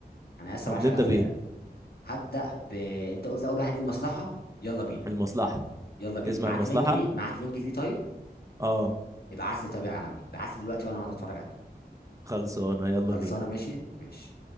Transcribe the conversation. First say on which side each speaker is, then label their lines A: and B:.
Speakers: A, on the left; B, on the right.
A: انا لسه
B: طب
A: بعشق
B: نبدأ
A: الافلام
B: بإيه
A: هبدا ب انت قلت اول واحد ايه المصلحه يلا بينا
B: المصلحة
A: يلا بينا
B: تسمع
A: معاك
B: المصلحة
A: لينك ليه معاك لينك ليه طيب
B: اه
A: ابعت لي طب يا عالمي ابعت لي دلوقتي وانا هقعد اتفرج عليه
B: خلصانة يلا
A: خلصانه
B: بينا
A: ماشي ماشي